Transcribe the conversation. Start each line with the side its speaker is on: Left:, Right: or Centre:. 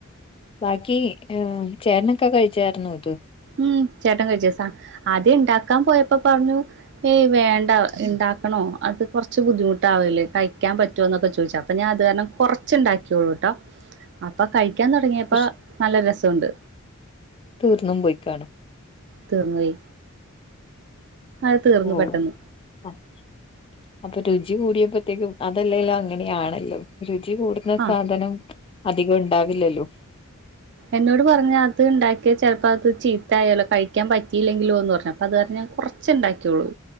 Left: ബാക്കി ഏഹ് ചേട്ടനൊക്കെ കഴിച്ചായിരുന്നോ ഇത്?
Right: ഉം ചേട്ടൻ കഴിച്ചസാ ആദ്യണ്ടാക്കാൻ പോയപ്പോ പറഞ്ഞു. ഏയ് വേണ്ട ഇണ്ടാക്കണോ അത് കൊറച്ച് ബുദ്ധിമുട്ടാവൂലേ കഴിക്കാൻ പറ്റോ എന്നൊക്കെ ചോദിച്ച അപ്പം ഞാ അത് കാരണം കുറച്ച്ണ്ടാക്കിയുള്ളൂ കേട്ടോ
Left: <inaudible>
Right: അപ്പോ കയിക്കാൻ തുടങ്ങിയപ്പോ
Left: പക്ഷെ
Right: നല്ല രസുണ്ട്.
Left: തീർന്നും പോയി കാണും
Right: തീർന്നോയ് അത്
Left: ഓ
Right: പെട്ടെന്ന്
Left: <unintelligible> അപ്പൊ രുചി കൂടിയപ്പത്തേക്കും അതല്ലേലും അങ്ങനെയാണല്ലോ രുചി കൂടു ന്ന
Right: ആഹ്
Left: സാധനം അധികുണ്ടാവില്ലല്ലോ
Right: എന്നോട് പറഞ്ഞ് അത് ഇണ്ടാക്കിയ ചെലപ്പോ അത് ചീത്തായാല്ലോ കഴിക്കാൻ പറ്റീലെങ്കിലോ എന്ന് പറഞ്ഞ് അപ്പൊ അത് കാരണം ഞാൻ കൊറ ച്ച്ണ്ടാക്കിയുള്ളൂ